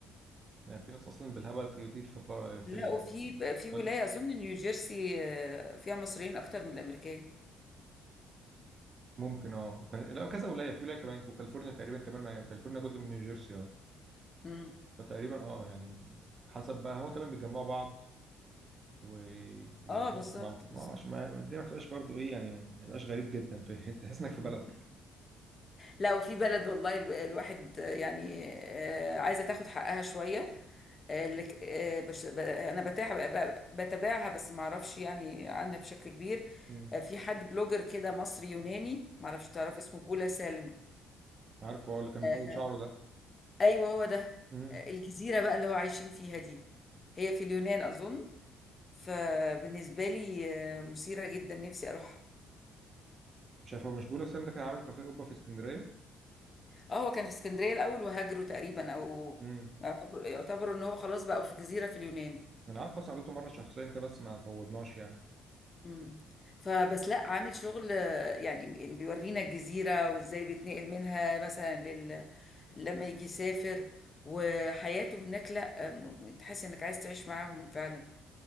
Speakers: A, on the right; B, on the left.
A: يعني في ناس اصلا بالهبل كتير في فر... في
B: لا وفي في
A: ايطاليا
B: ولاية اظن نيوجيرسي آه، فيها مصريين اكتر من الامريكان
A: ممكن اه وكان... لا كذا ولايه في ولايه كمان وكاليفورنيا تقريبا كمان ما... كاليفورنيا جزء من نيوجيرسي اه
B: امم
A: فتقريبا اه يعني حسب بقى هو كمان بيجمعوا بعض ويقعدوا
B: اه بالظبط
A: مع
B: بالظبط.
A: اه عشان ما الدنيا ما تبقاش برضو ايه يعني ما يبقاش غريب جدا في <laughs> تحس انك في
B: مم.
A: بلدك
B: لا وفي بلد والله ال- الواحد آه، يعني آه، عايزة تاخد حقها شوية اللي ك- آه، بش... ب- انا بتاع ب- بتابعها بس ما اعرفش يعني عنها بشكل كبير
A: امم
B: آه، في حد بلوجر كده مصري يوناني ما اعرفش تعرف اسمه بولا سالم
A: عارف هو اللي كان مطول
B: آه،
A: شعره ده
B: ايوه هو ده
A: امم
B: آه، الجزيره بقى اللي هو عايشين فيها دي هي في اليونان اظن فبالنسبه لي آه، مثيره جدا نفسي اروحها
A: مش عارف هو مش بيقول السنة ده كان عامل كافيه اوبا في اسكندريه
B: اه هو كان في اسكندريه الاول وهاجروا تقريبا او
A: امم
B: يعتبروا يعتبروا ان هو خلاص بقى في جزيره في اليونان
A: انا عارف بس قابلته مره شخصيا كده بس ما طولناش يعني
B: مم. فبس لا عامل شغل آه، يعني بيورينا الجزيرة وازاي بيتنقل منها مثلا لل... لما يجي يسافر وحياته هناك لا آه، م- تحس انك عايز تعيش معاهم فعلا